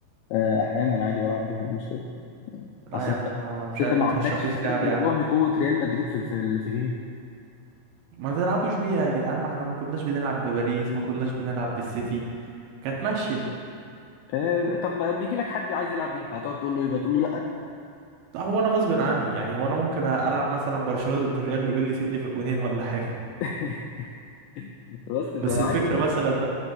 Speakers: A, on the left (about 85°); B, on the right (about 75°).
A: آه، احيانا عادي بلعب بيها إيه المشكله يعني
B: لا
A: اصل
B: يا عم
A: انت
B: ما... ما مش
A: اصل
B: عارف
A: انت ما
B: ما
A: عندكش
B: ترشحليش
A: فريق
B: لعب
A: يضاهي
B: يا عم
A: قوه ريال مدريد في ال- في ال- في فيفا
B: ما تلعبوش بيها يا جدعان ما احنا ما كناش بنلعب بباريس ما كناش بنلعب بالسيتي كانت ماشية
A: آه، طب بيجي لك حد عايز يلعب بيها هتقعد تقول له يبقى تقول له لا
B: هو انا غصب عني يعني هو انا ممكن العب مثلا برشلونه ضد الريال ويقول لي سيب لي في جونين ولا حاجه
A: <laughs> بس فعادي
B: بس الفكره
A: بقى
B: مثلا ده